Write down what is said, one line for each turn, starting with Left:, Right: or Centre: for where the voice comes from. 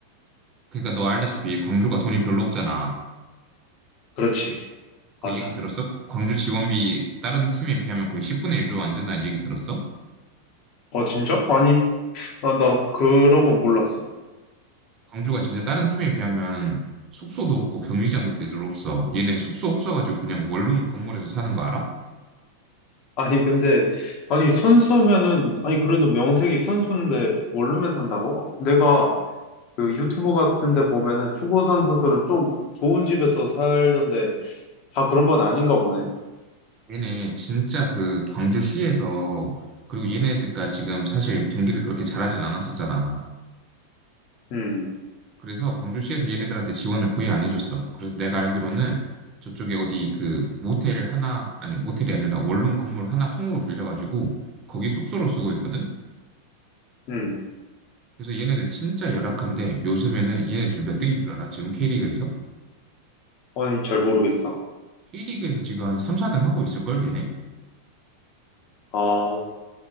Right: 그러니까 너 알다시피 광주가 돈이 별로 없잖아.
Left: 그렇지.
Right: 그
Left: 맞아.
Right: 얘기 들었어? 광주 지원비 다른 팀에 비하면 거의 10분의 1도 안 된다는 얘기 들었어?
Left: 아, 진짜? 아니, 나, 나 그런 거 몰랐어.
Right: 광주가 진짜 다른 팀에 비하면 숙소도 없고 경기장도 제대로 없어. 얘네 숙소 없어가지고 그냥 원룸 건물에서 사는 거 알아?
Left: 아니, 근데, 아니, 선수면은, 아니, 그래도 명색이 선수인데 원룸에 산다고? 내가 그 유튜브 같은 데 보면은 축구 선수들은 좀 좋은 집에서 살던데 다 그런 건 아닌가 보네.
Right: 얘네 진짜 그 광주시에서 그리고 얘네가 지금 사실 경기를 그렇게 잘하진 않았었잖아.
Left: 음,
Right: 그래서 광주시에서 얘네들한테 지원을 거의 안 해줬어. 그래서 내가 알기로는 저쪽에 어디 그 모텔 하나, 아니 모텔이 아니라 원룸 건물 하나 통으로 빌려가지고 거기 숙소로 쓰고 있거든?
Left: 음.
Right: 그래서 얘네들 진짜 열악한데 요즘에는 얘네들 몇 등인 줄 알아? 지금 K리그에서?
Left: 아니, 잘 모르겠어.
Right: K리그에서 지금 한 3, 4등 하고 있을걸, 얘네?
Left: 아,